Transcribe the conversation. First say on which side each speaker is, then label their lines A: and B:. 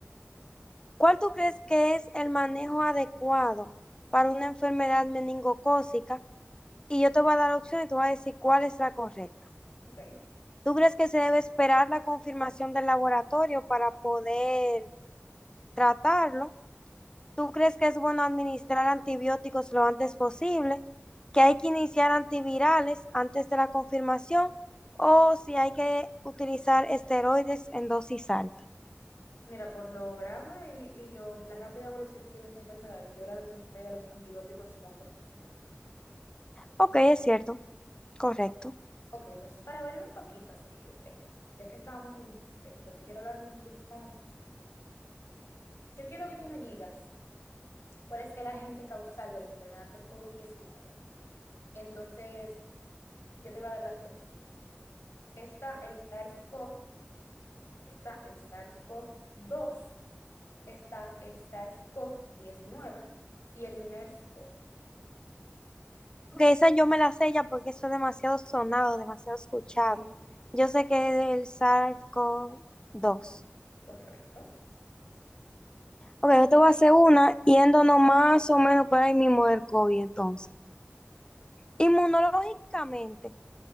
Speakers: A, on the left; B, on the left.
A: ¿Cuál tú crees que es el manejo adecuado para una enfermedad meningocócica? Y yo te voy a dar opciones y tú vas a decir cuál es la correcta.
B: ok.
A: ¿Tú crees que se debe esperar la confirmación del laboratorio para poder tratarlo? ¿Tú crees que es bueno administrar antibióticos lo antes posible? ¿Que hay que iniciar antivirales antes de la confirmación? ¿O si hay que utilizar esteroides en dosis alta?
B: Mira, por lo grave y, y lo- la rápida evolución que tiene esa enfermedad, yo le administraría los antibióticos lo antes posible.
A: Ok, es cierto, correcto.
B: Ok, entonces para variar un poquito así de tema, ya que estábamos en infecto, te quiero hablar de un virus famosísimo, Yo quiero que tú me digas cuál es el agente causal de la enfermedad del covid diecinueve. Entonces, yo te voy a dar las opciones. Está el SARS-CoV, está el sars cov dos, está el sars cov diecinueve y el MERS-CoV.
A: Ok, esa yo me la sé ya porque eso es demasiado sonado, demasiado escuchado.
B: Sí.
A: Yo sé que es el sars cov dos.
B: Correcto.
A: Ok, yo te voy a hacer una yéndonos más o menos por ahí mismo del COVID entonces. Inmunológicamente,